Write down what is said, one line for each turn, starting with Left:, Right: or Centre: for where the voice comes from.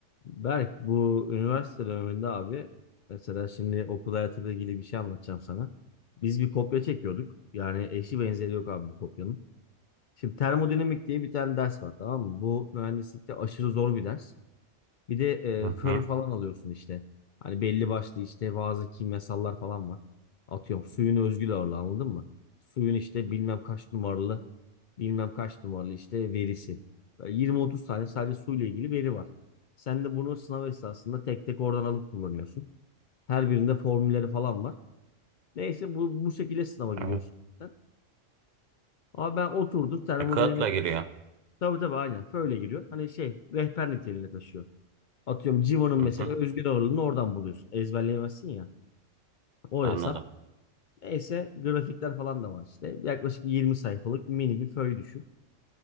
Left: Berk bu üniversite döneminde abi mesela şimdi okul hayatıyla ilgili bir şey anlatacağım sana. Biz bir kopya çekiyorduk. Yani eşi benzeri yok abi bu kopyanın. Şimdi termodinamik diye bir tane ders var tamam mı? Bu mühendislikte aşırı zor bir ders. Bir de e,
Right: Hı hı.
Left: föy falan alıyorsun işte. Hani belli başlı işte bazı kimyasallar falan var. Atıyorum suyun özgül ağırlığı anladın mı? Suyun işte bilmem kaç numaralı bilmem kaç numaralı işte verisi. Böyle 20-30 tane sadece suyla ilgili veri var. Sen de bunu sınav esnasında tek tek oradan alıp kullanıyorsun. Her birinde formülleri falan var. Neyse bu, bu şekilde sınava giriyorsun
Right: Evet.
Left: zaten. Ama ben oturdum termodinamik.
Right: E, kağıtla giriyor.
Left: Tabii tabii aynen. Föyle giriyor. Hani şey rehber niteliğinde taşıyor. Atıyorum Civo'nun
Right: Hı
Left: mesela
Right: hı.
Left: özgür ağırlığını oradan buluyorsun. Ezberleyemezsin ya. O
Right: Anladım.
Left: hesap. Neyse grafikler falan da var işte. Yaklaşık 20 sayfalık mini bir föy düşün.